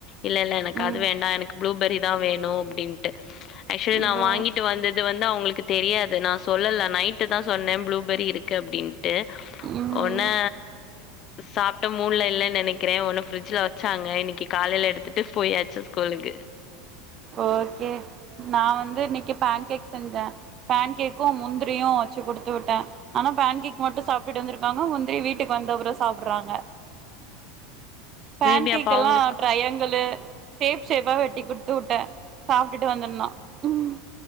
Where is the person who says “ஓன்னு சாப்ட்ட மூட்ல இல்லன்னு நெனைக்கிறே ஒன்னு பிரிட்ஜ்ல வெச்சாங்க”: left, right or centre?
Left